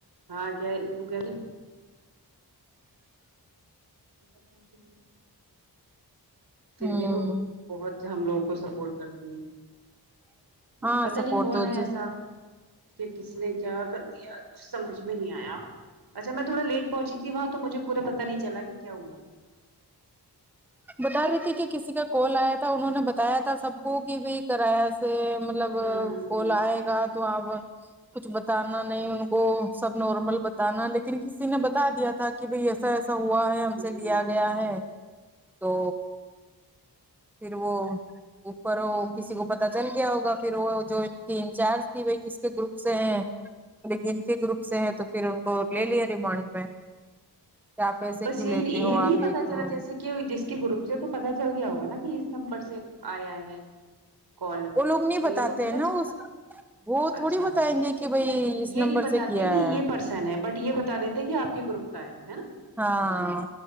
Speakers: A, on the right; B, in the centre.
A: ہاں گ وہ کہ ات پ پھر
B: ہوں
A: بھی وہ بہت ہم لوگوں کو سپورٹ کرتی ہیں
B: ہاں
A: پتا
B: سپورٹ
A: نہیں کون
B: تو
A: ہے
B: جی
A: ایسا کہ کسی نے کیا کر دیا کچ سمجھ میں نہیں آیا اچھا میں تھوڑ لیٹ پہنچی تھی وہاں تو مجھے پور پہ نہیں چلا کہ کیا ہوا
B: بتا رہی تھی کہ کسی کا کال آیا تھا انہوں نے بتایا تھا سب کو کہ بھ کرایہ سے مطلب
A: تھا ہوں
B: کول آئے گا تو آپ کچھ بتانا نہیں ان کو سب نارمل بتانا لیکن کسی نے بتا دیا تھا کہ بھائی ایسا ایسا ہوا ہے ہم
A: ہوں
B: سے لیا
A: ہوں
B: گیا ہے تو پھر وہ اوپر کسی کو پتا چل کیا ہوگا پھر وہ جو ان کی انچارج تھی وہ کس کے گروپ سے ہیں گنتی گروپ سے ہے تو پھر ان کو لے لیا ریمانڈ میں آپ ایسے
A: بس
B: کیوں
A: یہی
B: لیتے
A: یہ
B: ہو
A: نہیں
B: آپ
A: پتا
B: ایک
A: چلا جیسے کہ جس کے گروپ سے تو پتا چل گیا ہوگا نا کہ اس نمبر سے آیا ہے کال
B: وہ لوگ نہیں
A: تو
B: بتاتے
A: یہ تو پت
B: ہیں نا
A: چل
B: اس وہ تھوڑی
A: اچھا
B: بتائیں گے کہ بھائی اس
A: یہ
B: نمبر
A: نہیں بتاتے
B: سے کیا
A: کہ
B: ہے
A: یہ پرسن ہے بٹ یہ بتا دیتے کہ آپ گروپ کا ہے نا
B: ہاں